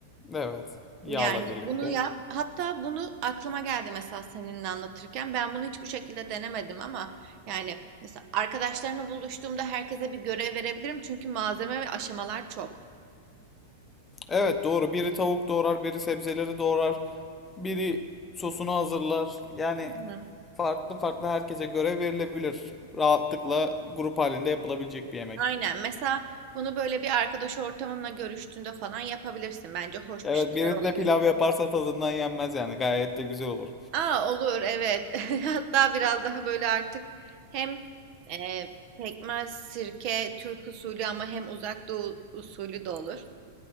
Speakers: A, on the left; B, on the right.
A: Evet. Yağla
B: Yani
A: birlikte.
B: bunu yap. Hatta bunu aklıma geldi mesela seninle anlatırken. Ben bunu hiç bu şekilde denemedim ama yani mesela arkadaşlarımla buluştuğumda herkese bir görev verebilirim. Çünkü malzeme ve aşamalar çok.
A: Evet doğru. Biri tavuk doğrar, biri sebzeleri doğrar. Biri sosunu hazırlar. Yani
B: Hı hı.
A: farklı farklı herkese göre verilebilir. Rahatlıkla grup halinde yapılabilecek bir yemek.
B: Aynen. Mesela bunu böyle bir arkadaş ortamınla görüştüğünde falan yapabilirsin. Bence hoş
A: Evet,
B: bir şeyler
A: biri
B: olabilir.
A: de pilav yaparsa tadından yenmez yani. Gayet de güzel olur.
B: Aa olur evet. <laughs> Hatta biraz daha böyle artık hem e, pekmez, sirke, Türk usulü ama hem uzak doğu usulü de olur.